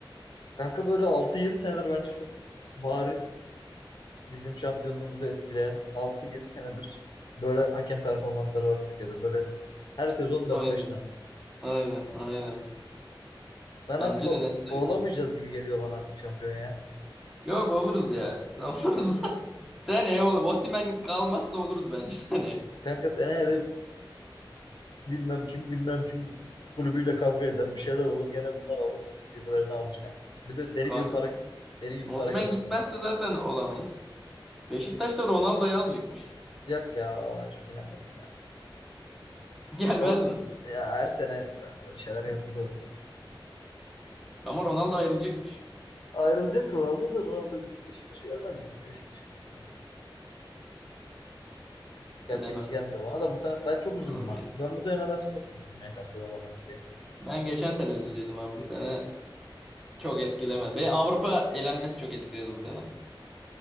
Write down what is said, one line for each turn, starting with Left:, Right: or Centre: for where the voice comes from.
Left: Kanka böyle altı yedi senedir bence çok bariz bizim şampiyonluğumuzu etkileyen altı yedi senedir böyle hakem performansları var Türkiye'de. Böyle her sezon dört
Centre: Aynen.
Left: beş tane.
Centre: Aynen. Aynen.
Left: Ben
Centre: Bence
Left: artık o,
Centre: de net sayılır.
Left: olamayacağız gibi geliyor bana artık şampiyon ya.
Centre: Yok oluruz ya. <laughs> Oluruz da. Seneye olur. Osimhen kalmazsa oluruz bence <laughs> seneye.
Left: Kanka seneye de Bilmem kim bilmem kim kulübüyle kavga eder. Bir şeyler olur. Gene bunlar alır. Birilerini alır kanka. Bir de deli
Centre: Kanka
Left: gibi para
Centre: bu
Left: deli gibi
Centre: Osimhen
Left: para kazanıyor.
Centre: gitmezse zaten olamayız. Beşiktaş da Ronaldo'yu alacakmış.
Left: Yok ya ona çok inanmadım ya.
Centre: <laughs> Gelmez
Left: O
Centre: mi?
Left: ya her sene böyle şeyler yazılıyor.
Centre: Ama Ronaldo ayrılacakmış.
Left: Ayrılacak Ronaldo da Ronaldo Beşiktaş'a gelmez yani. Niye Beşiktaş'a gelsin? ya? Gerçekçi
Centre: Bilemem.
Left: gelmiyor bana da bu sene ben çok
Centre: Bana
Left: üzüldüm
Centre: da
Left: ha.
Centre: gelmez.
Left: Ben bu sene nedense çok üzüldüm ya şampiyon olamadık diye.
Centre: Ben geçen sene üzüldüydüm abi. Bu sene çok etkilemedi. Beni Avrupa elenmesi çok etkiledi bu sene.